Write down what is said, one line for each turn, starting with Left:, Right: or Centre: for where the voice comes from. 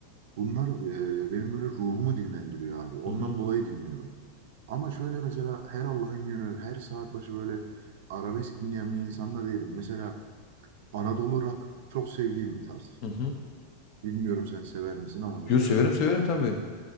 Right: Bunlar e, benim böyle ruhumu dinlendiriyor abi. Ondan
Left: Hı hı.
Right: dolayı dinliyorum. Ama şöyle mesela her Allah'ın günü, her saat başı böyle arabesk dinleyen bir insan da değilim. Mesela Anadolu rock çok sevdiğim bir tarz.
Left: Hı hı.
Right: Bilmiyorum sen sever misin ama mesela
Left: Yo severim severim tabii.